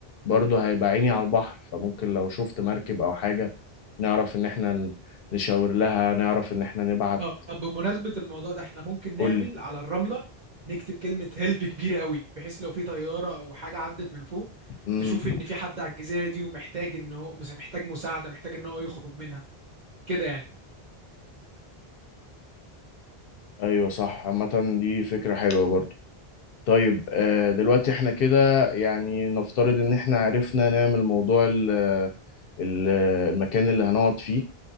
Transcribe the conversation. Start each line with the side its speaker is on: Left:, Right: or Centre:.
Left: برضو هيبقى عيني على البحر فممكن لو شفت مركب او حاجة نعرف ان احنا ن- نشاور لها نعرف ان احنا نبعت
Right: اه بمناسبة الموضوع ده احنا ممكن نعمل
Left: قولي
Right: على الرملة نكتب كلمة هيلب كبيرة قوي بحيث لو في طيارة او حاجة عدت من فوق
Left: امم
Right: تشوف ان في حد على الجزيرة دي ومحتاج ان هو مس- محتاج مساعدة محتاج ان هو يخرج منها كده يعني
Left: ايوه صح عامة دي فكرة حلوة برضو طيب آه، دلوقتي احنا كده يعني نفترض ان احنا عرفنا نعمل موضوع ال- ال- المكان اللي هنقعد فيه